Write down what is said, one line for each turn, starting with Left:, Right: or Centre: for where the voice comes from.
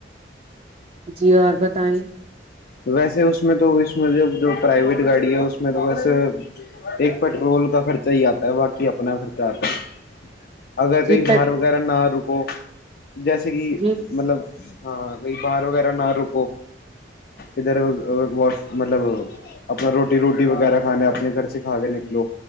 Right: جی اور بتائیں
Left: ویسے اس میں تو اس میں جب جو پرائیویٹ گاڑی ہے اس میں تو ویسے ایک پیٹرول کا خرچہ ہی آتا ہے باقی اپنا خرچہ آتا ہے اگر کہیں
Right: جی پ
Left: بار وغیرہ نہ رکو جیسے کہ
Right: جی
Left: مطلب ہاں کئی باہر وغیرہ نہ رکو ادھر واش مطلب اپنا روٹی روٹی وغیرہ کھانے اپنے گھر سے کھا کے نکلو